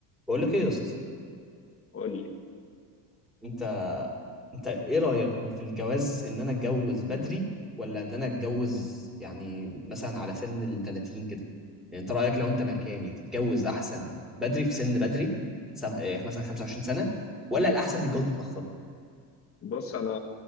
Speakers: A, in the centre; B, on the left.
A: بقول لك ايه يا اسطى
B: قول لي
A: انت انت ايه رايك في الجواز ان انا اتجوز بدري ولا ان انا اتجوز يعني مثلا على سن ال 30 كده يعني انت رايك لو انت مكاني تتجوز احسن بدري في سن بدري سب... إيه، مثلا 25 سنه ولا الاحسن تتجوز متاخر
B: بص انا